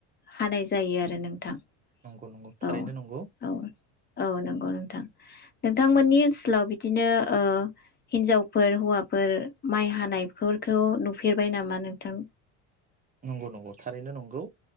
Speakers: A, on the left; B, on the right.
A: हानाय जायो आरो नोंथां
B: नंगौ नंगौ थारैनो
A: औ
B: नंगौ
A: औ औ नंगौ नोंथां नों बिथांमोननि ओनसोलाव बिदिनो हिनजावफोर हौवाफोर माइ हानायफोरखौ नुफेरबाय नामा नोंथां
B: नंगौ नंगौ थारैनो नंगौ